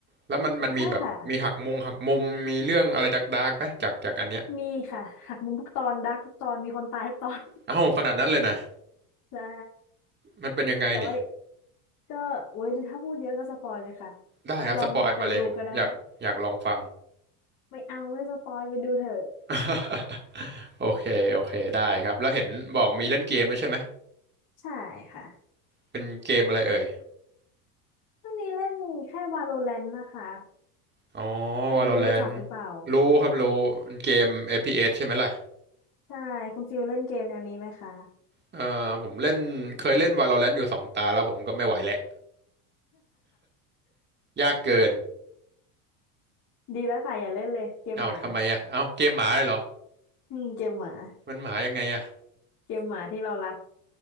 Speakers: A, on the right; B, on the left.
A: แล้วมันมันมีแบบมีหักมุมหักมุมมีเรื่องอะไรดาร์กๆไหมจากจากอันเนี้ย
B: ใช่ค่ะมีค่ะหักมุมทุกตอนดาร์กทุกตอนมีคนตายทุกตอน
A: เอ้าขนาดนั้นเลยนะ
B: <laughs> ใช่
A: มันเป็นยังไงนี่
B: แต่ว่าก็โอ้ยถ้าพูดเยอะก็สปอยเลยค่ะ
A: ได้ครับสปอยมาเลยผมผมอยากอยากลองฟัง
B: ลองไปดูก็ได้ไม่เอาไม่สปอยไปดูเถอะ
A: <laughs> โอเคโอเคได้ครับแล้วเห็นบอกมีเล่นเกมด้วยใช่ไหม
B: ใช่ค่ะ
A: เป็นเกมอะไรเอ่ย
B: ช่วงนี้เล่นแค่ Valorant นะคะ
A: อ๋อ
B: ไม่รู้รู้จักหรือเปล่า
A: Valorant รู้ครับรู้เป็นเกม FPS ใช่ไหมล่ะ
B: ใช่คุณฟิลเล่นเกมแนวนี้ไหมคะ
A: เอ่อผมเล่นเคยเล่น Valorant อยู่สองตาแล้วผมก็ไม่ไหวแล้วยากเกิน
B: <laughs> ดีแล้วค่ะอย่าเล่นเลยเกมหมา
A: เอ้าทำไมอ่ะเอ้าเกมหมาเลยเหรอ
B: อืมเกมหมา
A: มันหมายังไงอ่ะ
B: เกมหมาที่เรารัก